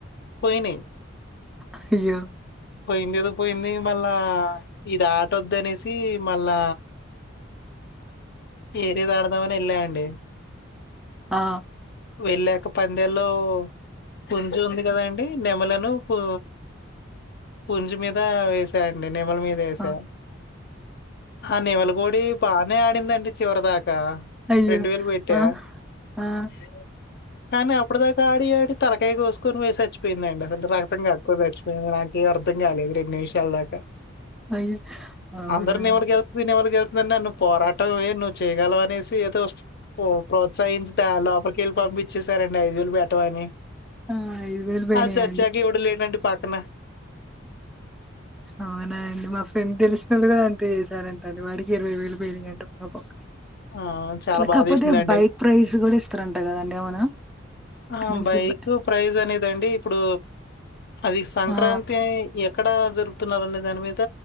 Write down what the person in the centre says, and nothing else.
అయ్యో
ఆ!
ఆ!
అయ్యో!
ఆ! ఆ!
అయ్యో! అవునా?
ఆ ఐదు వేలు పోయినాయా
అండి
అవునా అండి మా ఫ్రెండ్ తెలిసినళ్ళు గూడా అంతే చేశారంట అండి వాడికి ఇరవై వేలు పోయినయంటా పాపం
ఇట్ల
కాకపోతే బైక్ ప్రైస్ కూడా ఇస్తారంటా కదండి అవునా
మంచి
బ-
ఆ